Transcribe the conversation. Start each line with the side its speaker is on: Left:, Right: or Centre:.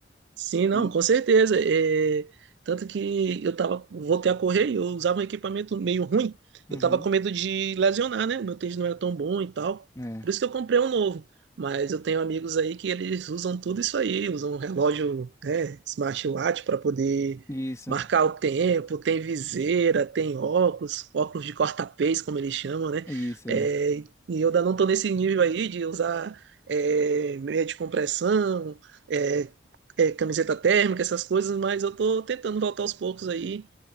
Right: Sim, não,
Left: E
Right: com certeza. É, tanto que eu tava, voltei a correr e eu usava um equipamento meio ruim.
Left: Uhum.
Right: Eu tava com medo de lesionar, né? O meu tênis não era tão bom e tal.
Left: É,
Right: Por isso que eu comprei um novo. Mas eu tenho amigos aí que eles usam tudo isso aí, usam um relógio, né, smartwatch para poder
Left: isso,
Right: marcar o tempo, tem viseira, tem óculos, óculos de corta-pês, como eles chamam, né?
Left: isso, é.
Right: É, e eu ainda não tô nesse nível aí de usar é, meia de compressão é, é, camiseta térmica, essas coisas, mas eu tô tentando voltar aos poucos aí.